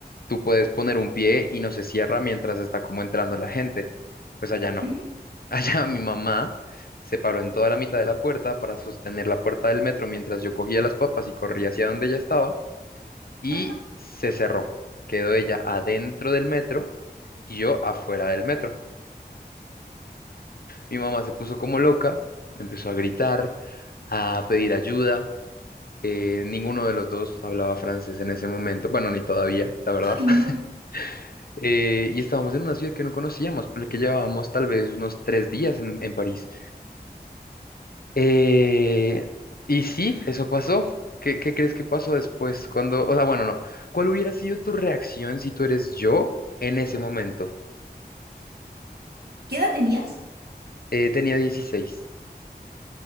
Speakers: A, on the left; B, on the right.
A: tú puedes poner un pie y no se cierra mientras está como entrando la gente. Pues allá no.
B: ujú.
A: <laughs> Allá mi mamá se paró en toda la mitad de la puerta para sostener la puerta del metro mientras yo cogía las papas y corría hacia donde ella estaba y
B: Ajá.
A: se cerró. Quedó ella adentro del metro y yo afuera del metro. Mi mamá se puso como loca, empezó a gritar, a pedir ayuda. Eh, ninguno de los dos hablaba francés en ese momento, bueno, ni todavía, la verdad.
B: Ay, no.
A: <laughs> Eh, y estábamos en una ciudad que no conocíamos, por la que llevábamos tal vez unos tres días en, en París. Eh, y sí, eso pasó. ¿Qué, qué crees que pasó después? Cuando, o sea, bueno, no. ¿Cuál hubiera sido tu reacción si tú eres yo en ese momento?
B: ¿Qué edad tenías?
A: Eh, tenía dieciséis